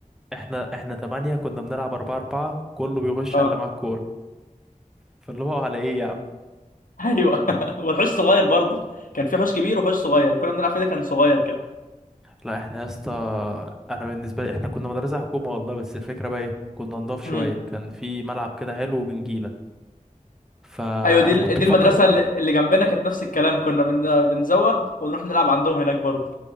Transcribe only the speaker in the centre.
احنا احنا تمانية كنا بنلعب اربعة اربعة كله بيغش
على اللي معاه الكورة فاللي هو على ايه يا
لا احنا يا اسطى انا بالنسبه لي احنا كنا مدرسه حكومه والله بس الفكره بقى ايه كنا نضاف شويه
كان في ملعب كده حلو وبنجيله فانا
كنت
بفكر